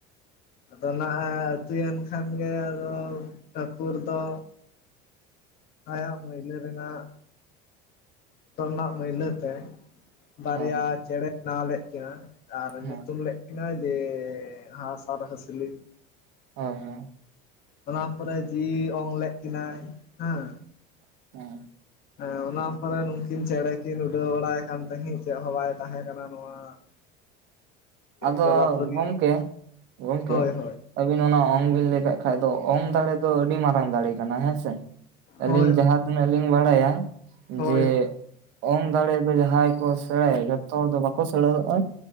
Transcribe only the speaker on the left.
ᱟᱫᱚ ᱱᱟᱦᱟᱜ ᱮ ᱟᱛᱩᱭᱮᱱ ᱠᱷᱟᱱ ᱜᱮ ᱟᱫᱚ ᱴᱷᱟᱹᱠᱩᱨ ᱫᱚ᱾ ᱟᱭᱟᱜ ᱢᱟᱹᱭᱞᱟᱹ ᱨᱮᱱᱟᱜᱼᱼ ᱦᱚᱴᱚᱜ ᱨᱮᱱᱟᱜ ᱢᱟᱹᱭᱞᱟᱹ ᱛᱮ ᱵᱟᱨᱭᱟ
ᱪᱮᱬᱮ ᱵᱮᱱᱟᱣ ᱞᱮᱫ ᱠᱤᱱᱟᱹ ᱟᱨ
ᱧᱩᱛᱩᱢ ᱞᱮᱫᱼᱼ ᱠᱤᱱᱟ ᱡᱮ ᱦᱟᱥ ᱟᱨ ᱦᱟᱹᱥᱞᱤᱼᱼ
ᱚᱱᱟ ᱯᱚᱨᱮ ᱡᱤᱣᱤ ᱚᱝ ᱞᱮᱫ ᱠᱤᱱᱟᱹᱭ ᱦᱮᱸᱼᱼ
ᱦᱮᱸ ᱚᱱᱟ ᱯᱚᱨᱮ ᱱᱩᱠᱤᱱ ᱪᱮᱬᱮ ᱠᱤᱱ ᱩᱰᱟᱹᱣ ᱵᱟᱲᱟᱭ ᱠᱟᱱ ᱛᱟᱦᱮᱫ ᱪᱮᱫ ᱦᱚᱸ ᱵᱟᱭ ᱛᱟᱦᱮ ᱠᱟᱱᱟ ᱱᱚᱣᱟ᱾
ᱡᱚᱞᱟᱯᱩᱨᱤ
ᱦᱳᱭ ᱦᱳᱭ
ᱦᱳᱭ
ᱦᱳᱭ